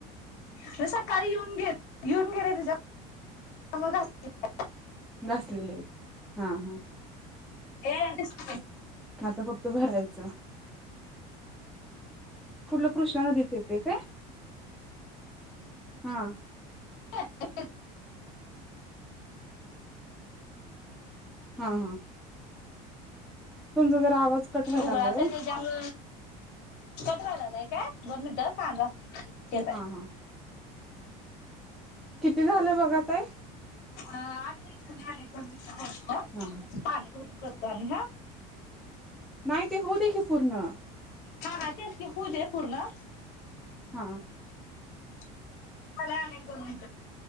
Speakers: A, on the left; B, in the centre.
A: ते सकाळी येऊन घे. घेऊन गेले तुज्या <unintelligible>
B: घासलेले हा हा.
A: हे
B: आता फक्त भरायचं. कुठलं कृष्णा नदीचं येतंय काय? हा.
A: <inaudible>
B: हा हा. तुमचा जरा आवाज कट व्हायला
A: उगळाच
B: लागलाय हो
A: आहे, त्याच्यामु कट व्हाय लागलाय काय? दोन मिंट हं कांदा चिराय
B: हा हा. किती झालं बघा ताई?
A: अ <unintelligible> म
B: हा
A: पाणी भरून करतो आणि हा
B: नाई ते होउ दे की पूर्ण
A: हा हा तेच की हू दे पूर्ण
B: हा.
A: <unintelligible> आणि एक दोन मींट